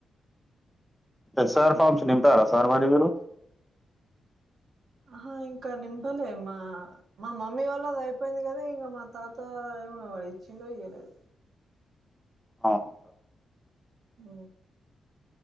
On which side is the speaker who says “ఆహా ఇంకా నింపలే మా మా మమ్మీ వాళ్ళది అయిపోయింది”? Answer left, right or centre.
Right